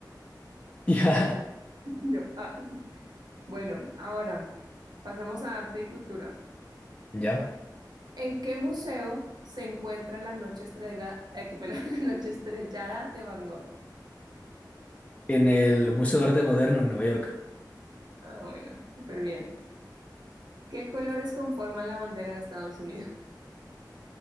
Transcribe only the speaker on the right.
Listo.
Yo, ah. Bueno, ahora pasamos a arte y cultura.
¿En qué museo se encuentra la noche estrega- eh, qué pena, <laughs> la noche estrellada de Van Gogh?
Ah, bueno, súper bien. ¿Qué colores conforman la bandera de Estados Unidos? <laughs>